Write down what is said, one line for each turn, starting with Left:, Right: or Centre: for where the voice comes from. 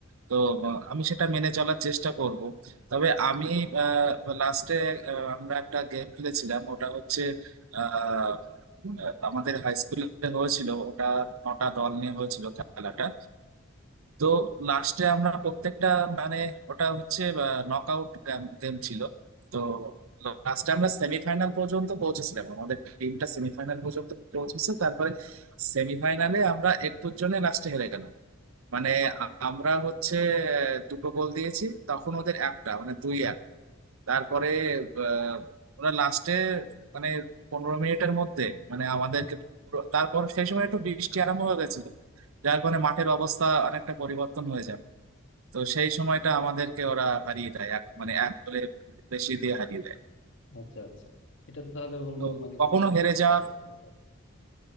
Right: তো আহ, আমি সেটা মেনে চলার চেষ্টা করব তবে আমি লাস্টে আমরা একটা গেম খেলেছিলাম ওটা হচ্ছে আহ, আহ, আমাদের হাই স্কুলে হয়েছিল ওটা নটা দল নিয়ে হয়েছিল খেলাটা তো লাস্টে আমরা প্রত্যেকটা মানে ওটা হচ্ছে নক আউট গেম ছিল তো লাস্টে আমরা সেমিফাইনাল পর্যন্ত পৌঁছেছিলাম আমাদের টিমটা সেমিফাইনাল পর্যন্ত পৌঁছেছে তারপরে সেমিফাইনালে আমরা একটুর জন্য লাস্টে হেরে গেলাম মানে আ- আমরা হচ্ছে আহ, দুটো গোল দিয়েছি তখন ওদের একটা মানে দুই এক তারপরে আহ, ওরা লাস্টে মানে পনেরো মিনিটের মধ্যে মানে আমাদেরকে পুরো- তারপর সেই সময় একটু বৃষ্টি আরম্ভ হয়ে গেছিল যার কারণে মাঠের অবস্থা অনেকটা পরিবর্তন হয়ে যায় তো সেই সময়টা আমাদেরকে ওরা হারিয়ে দেয় এক মানে এক গোলে বেশি দিয়ে হারিয়ে দেয়
Left: আচ্ছা আচ্ছা এটা তো তাহলে বন্ধু
Right: তো
Left: মানে
Right: কখনো
Left: খুবই
Right: হেরে যাওয়ার
Left: কষ্টের ব্যাপার